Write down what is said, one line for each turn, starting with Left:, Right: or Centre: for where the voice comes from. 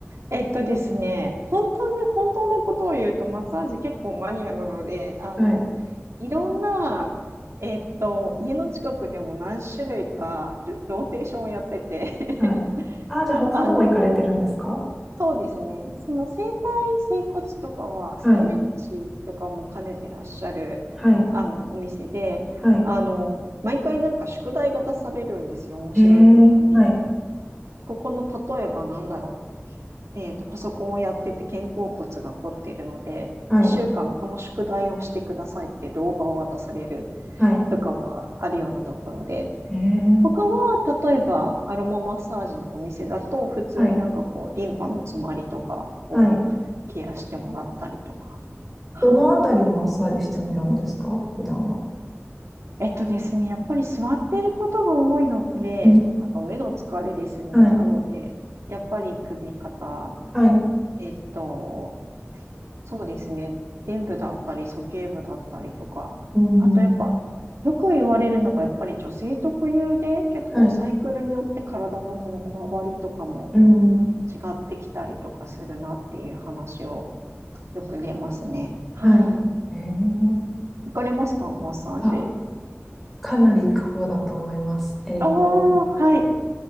Right: えっとですね、本当に、本当のことを言うと、マッサージ結構マニアなので、あの、
Centre: はい。
Right: いろんな、えっと、家の近くでも何種類かルローテーションをやってて、<laughs>
Centre: はい。ああ、じゃあ他のも行かれてるんですか
Right: あの、そうですね、その整体、整骨とかは、ストレッチとかも兼ねてらっしゃる、
Centre: はい。はい。
Right: あの、お店で、
Centre: はい。
Right: あの、毎回なんか宿題が出されるんですよ、面白いことに。
Centre: へえ、はい、
Right: ここの、例えばなんだろう。えっと、パソコンをやってて肩甲骨が凝っているので、
Centre: はい、
Right: 1週間この宿題をしてくださいって動画を渡される
Centre: はい。
Right: とかもあるようなところで、
Centre: へえ、
Right: 他は例えばアロママッサージのお店だと、普通になんかこう、
Centre: はい、
Right: リンパの詰まりとかをケアしてもらったりとか。
Centre: はい。
Right: はい。
Centre: どのあたりをマッサージしてもらうんですか普段は。
Right: えっとですね、やっぱり座ってることが多いので、
Centre: うん、
Right: あと目の疲れですね。
Centre: はい、
Right: なので、やっぱり首、肩、
Centre: はい、
Right: えっと、そうですね。伝部だったり、鼠径部だったりとか、
Centre: うん、
Right: あとやっぱ、
Centre: うん、
Right: よく言われるのが、やっぱり女性特有で、結構サイクルによって体のこのこわばりとかも
Centre: はい、うん、うん、
Right: 違ってきたりとかするなっていう話をよく出ますね。はい。
Centre: はい。へえ、
Right: 行かれますか、マッサージ。
Centre: あ、かなり行く方だと思います。えっと、
Right: おー、はい。